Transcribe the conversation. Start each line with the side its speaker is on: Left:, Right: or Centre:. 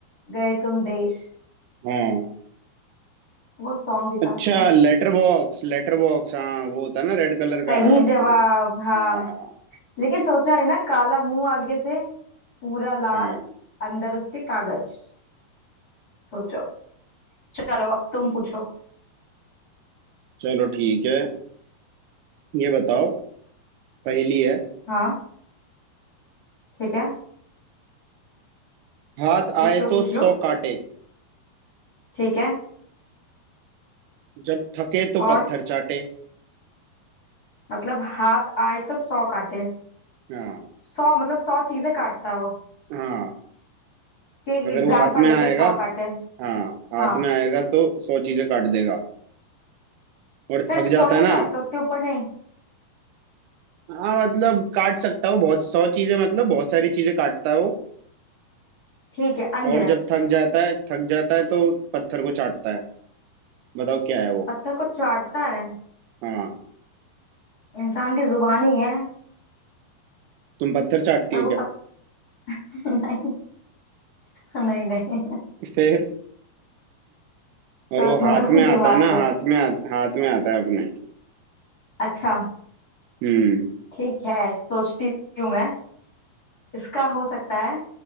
Left: गए तुम देश
Right: हाँ
Left: वो सॉन्ग भी
Right: अच्छा
Left: था उसका
Right: लेटर बॉक्स लेटर बॉक्स हाँ वो होता है ना रेड कलर
Left: सही
Right: का
Left: जवाब
Right: सही है।
Left: हाँ
Right: हाँ
Left: लेकिन सोचना नहीं ना काला मुंह आगे से पूरा लाल
Right: हाँ
Left: अंदर उसके कागज सोचो चलो अब तुम पूछो
Right: चलो ठीक है ये बताओ पहेली है
Left: हाँ ठीक है
Right: हाथ
Left: पूछ
Right: आए
Left: लो
Right: तो
Left: पूछ
Right: सौ
Left: लो
Right: काटे
Left: ठीक है
Right: जब थके तो
Left: और
Right: पत्थर चाटे
Left: मतलब हाथ आए तो सौ काटे
Right: हाँ
Left: सौ मतलब सौ चीजें काटता है वो
Right: हाँ
Left: कि एक
Right: अगर
Left: एग्जाम्पल
Right: वो हाथ में
Left: लेके
Right: आएगा
Left: सौ काटे
Right: हाँ हाथ
Left: हाँ
Right: में आएगा तो सौ चीजें काट देगा और
Left: सिर्फ
Right: थक
Left: सौ
Right: जाता
Left: ही
Right: है ना
Left: काटता उसके ऊपर नहीं
Right: हाँ मतलब काट सकता है वो बहुत सौ चीजें मतलब बहुत सारी चीजें काटता है वो
Left: ठीक है अनगिनत
Right: और जब थक जाता है थक जाता है तो पत्थर को चाटता है बताओ क्या है वो
Left: पत्थर को चाटता है
Right: हाँ
Left: इंसान की जुबान ही है
Right: तुम पत्थर चाटती
Left: पर
Right: हो
Left: वो
Right: क्या
Left: पत्थर <laughs> नहीं नहीं नहीं
Right: <laughs> फिर और
Left: सोचने
Right: वो हाथ
Left: दो
Right: में आता
Left: दिमाग
Right: है ना
Left: लगा
Right: हाथ में आ, हाथ में आता है अपने
Left: अच्छा
Right: हम्म
Left: ठीक है सोचती हूँ मैं इसका हो सकता है